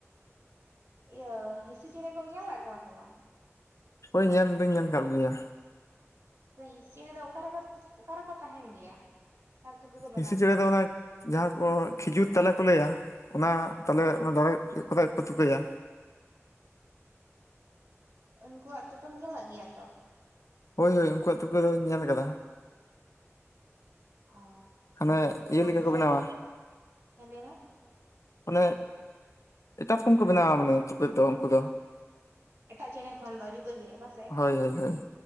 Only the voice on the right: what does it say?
ᱤᱭᱟᱹ ᱦᱤᱥᱤ ᱪᱮᱬᱮ ᱠᱚᱢ ᱧᱮᱞ ᱠᱟᱜ ᱠᱚᱣᱟ ᱥᱮ ᱵᱟᱝ?
ᱦᱮ ᱦᱤᱸᱥᱤ ᱪᱮᱬᱮ ᱫᱚ ᱚᱠᱟᱨᱮ ᱚᱠᱟ ᱨᱮᱠᱚ ᱛᱟᱦᱮᱱ ᱜᱮᱭᱟ? ᱟᱨ ᱛᱩᱠᱟᱹ ᱠᱚ ᱵᱮᱱᱟᱣ
ᱜᱮᱭᱟ
ᱚ ᱩᱱᱠᱩᱣᱟᱜ ᱛᱚᱠᱩᱢ ᱧᱮᱞᱠᱟᱜ ᱜᱮᱭᱟ ᱛᱚ?
ᱚ
ᱟᱨ
ᱜᱷᱮᱫ
ᱦᱮ ᱞᱟᱹᱭ ᱢᱮ᱾
ᱮᱴᱟᱜ ᱪᱮᱬᱮ ᱠᱷᱚᱱ ᱫᱚ ᱡᱩᱫᱟᱹ ᱜᱮ ᱵᱟᱝᱥᱮ?